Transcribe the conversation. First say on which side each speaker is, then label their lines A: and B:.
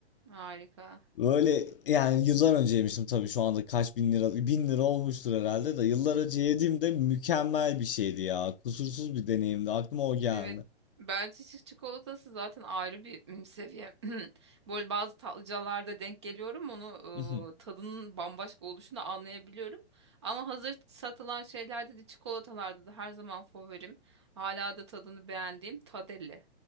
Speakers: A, on the right; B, on the left.
A: Harika.
B: Böyle yani yıllar önce yemiştim tabii şu anda kaç bin lira bin lira olmuştur herhalde de yıllar önce yediğimde mükemmel bir şeydi ya. Kusursuz bir deneyimdi. Aklıma o geldi.
A: Evet. Belçika çikolatası zaten ayrı bir ım, seviye. <clears throat> Böyle bazı tatlıcılarda denk geliyorum. Onu
B: <laughs>
A: ıı, tadının bambaşka oluşunu anlayabiliyorum. Ama hazır satılan şeylerde de çikolatalarda da her zaman favorim. Hala da tadını beğendiğim Tadelle.